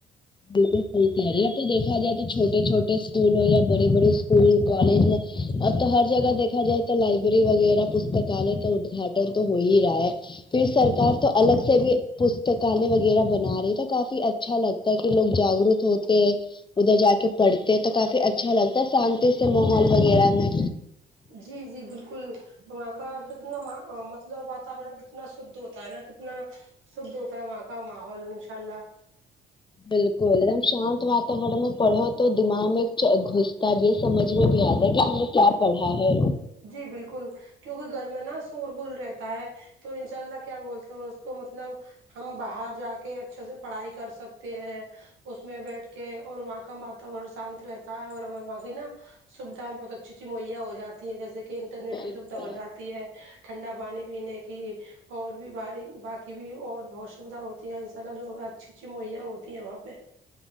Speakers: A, on the left; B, on the right.
A: بالکل صحیح کہ رہی ہے آپی دیکھا جائے تو چھوٹے چھوٹے اسکول ہو یا بڑے بڑے اسکول کالج میں اب تو ہر جگہ دیکھا جائے تو لائبریری وغیرہ پستکالے کا ادگھا ٹن تو ہو ہی رہا ہے پھر سرکار تو الگ سے بھی پستکالیہ وغیرہ بنا رہی تو کافی اچھا لگتا ہے کہ لوگ جاگروک ہوتے ہیں ادھر جا کے پڑھتے تو کافی اچھا لگتا ہے شانتی سے ماحول وغیرہ میں
B: جی جی بالکل وہاں کا کتنا مطلب واتورن کتنا شدھ ہوتا ہے نا کتنا شدھ ہوتا ہے وہا کا ماحول انشاء اللہ
A: بالکل ایک دم شانت واتورن میں پڑھو تو دماغ میں گھستا بھی ہے سمجھ میں بھی آتا ہے کہ ہم نے کیا پڑھا ہے
B: جی بالکل کیونکہ گھر میں نا سور گل رہتا ہے تو انشاء اللہ کیا بولتے ہو اس کو مطلب ہم باہر جا کے اچھے سے پڑھائی کر سکتے ہیں اس میں بیٹھ کے اور وہاں کا واتاورن شانت رہتا ہے اور ہمیں وہاں سے نا سویدھائیں بہت اچھی اچھی مہییا ہو جاتی ہیں جیسے کے انٹرنیٹ
A: بالکل
B: کی سویدھا ہو جات تی ہے ٹھنڈا پانی پینے کی اور بھی باری باقی بھی اور بہت سویدھا ہوتی ہے ان شاء اللہ جو اچھی اچھی مہیا ہوتی ہیں وہاں پہ